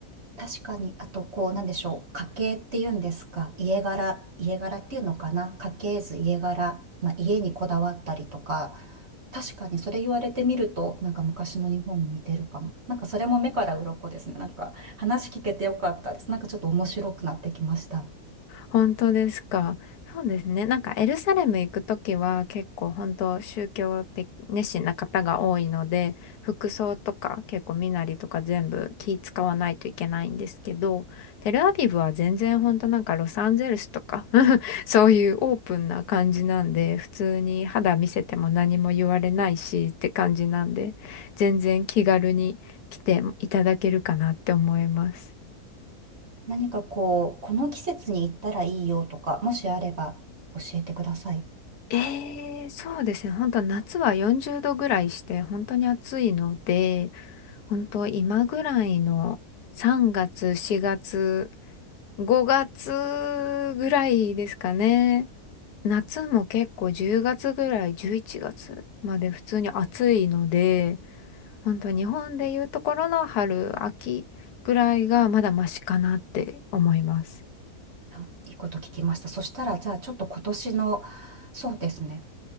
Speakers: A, on the right; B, on the left.
A: 確かに、あと、こう、なんでしょう。家系っていうんですか。家柄、家柄っていうのかな。家系図、家柄。まあ、家にこだわったりとか。確かに、それ言われてみると、なんか昔の日本に似てるかも。なんかそれも目から鱗ですね。なんか話聞けてよかったです。なんかちょっと面白くなってきました。
B: 本当ですか。そうですね。なんかエルサレム行くときは結構本当宗教的熱心な方が多いので、服装とか結構身なりとか全部気使わないといけないんですけど、テルアビブは全然本当なんかロサンゼルスとか <laughs> そういうオープンな感じなんで、普通に肌見せても何も言われないしって感じなんで、全然気軽に来ていただけるかなって思います。
A: 何かこう、この季節に行ったらいいよとか、もしあれば教えてください。
B: ええそうですね。本当夏は40度ぐらいして、本当に暑いので、本当今ぐらいの3月、4月、5月ぐらいですかね。夏も結構10月ぐらい、11月まで普通に暑いので、本当日本でいうところの春、秋ぐらいがまだマシかなって思います。
A: あいいこと聞きました。そしたら、じゃあちょっと今年の、そうですね。